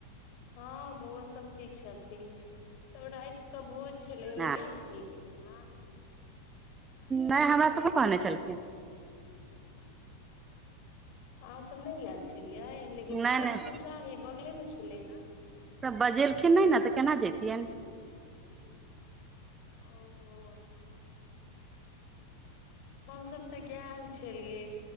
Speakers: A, on the left; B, on the right.
A: हँ बौआ सब ठीक छथिन तब रात कऽ भोज छलैक ओहिमे
B: हँ,
A: गेल छलिअय हँ
B: नहि हमरा सभकेँ कहने छलखिन
A: अहाँ सब नहि आयल छलियै लेकिन
B: नहि
A: जायके
B: नहि
A: तऽ चाही बगलेमे छलै ने
B: तऽ बजेलखिन नहि ने तऽ केना जयैतियनि
A: ओ ओ हमसब तऽ गेल छलियै